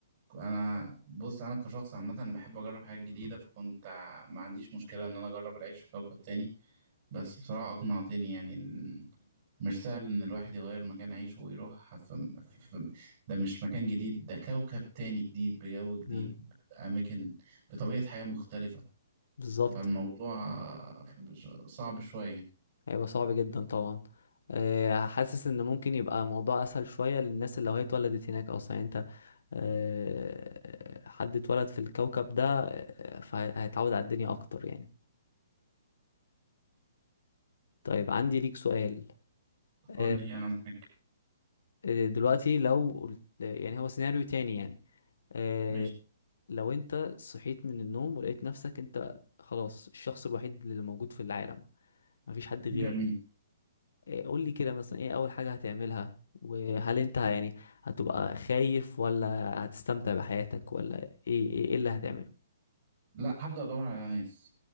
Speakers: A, on the right; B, on the left.
A: انا بص انا كشخص عامه بحب اجرب حاجات جديده فكنت ما عنديش مشكله ان انا اجرب العيش في كوكب تاني بس بصراحه اقنعتني يعني مش سهل ان الواحد يغير مكان عيشه ويروح ف... ف... ف... ده مش مكان جديد ده كوكب تاني جديد بجو جديد
B: مم.
A: بأماكن بطبيعة حياة مختلفة
B: بالظبط
A: فالموضوع ش- صعب شوية
B: هيبقى صعب جدا طبعا آه، حاسس ان ممكن يبقى الموضوع اسهل شوية للناس اللي هي اتولدت هناك اصلا يعني انت آه، حد اتولد في الكوكب ده آه، فهيتعود على الدنيا اكتر يعني طيب عندي ليك سؤال
A: قول
B: آه،
A: لي انا معاك
B: آه، دلوقتي لو قلت يعني هو سيناريو تاني يعني آه،
A: ماشي
B: لو انت صحيت من النوم ولقيت نفسك انت خلاص الشخص الوحيد اللي موجود في العالم مفيش حد غيرك
A: جميل
B: إيه، قول لي كده مثلا ايه اول حاجة هتعملها وهل انت يعني هتبقى خايف ولا هتستمتع بحياتك ولا ايه ايه, إيه اللي هتعمله
A: لا هبدأ ادور على ناس